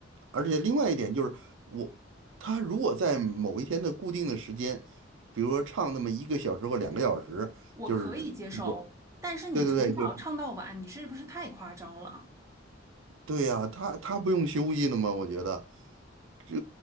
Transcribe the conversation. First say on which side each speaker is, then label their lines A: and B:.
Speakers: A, on the right (about 75°); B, on the right (about 15°).
A: 而且另外一点就是，我他如果在某一天的固定的时间，比如说唱那么一个小时或两个小时。
B: 我可以接受，
A: 就是去这，
B: 但是你从早唱到晚，
A: 对对对，就
B: 你是不是太夸张了？
A: 对呀、他他不用休息的吗？我觉得这